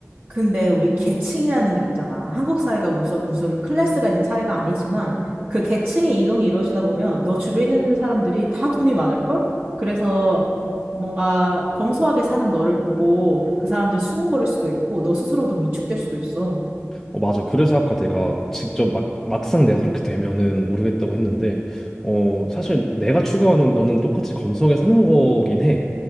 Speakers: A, on the right (about 40°); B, in the centre.
A: 근데 우리 계층이라는 게 있잖아. 한국 사회가 무슨, 무슨 클래스가 있는 사회가 아니지만 그 계층의 이동이 이루어지다 보면 너 주변에 있는 사람들이 다 돈이 많을걸? 그래서 뭔가 검소하게 사는 너를 보고 그 사람들이 수군거릴 수도 있고 너 스스로도 위축될 수도 있어.
B: 어, 맞아. 그래서 아까 내가 직접 막, 막상 내가 그렇게 되면은 모르겠다고 했는데, 어, 사실 내가 추구하는 거는 똑같이 검색에 사는 거긴 해.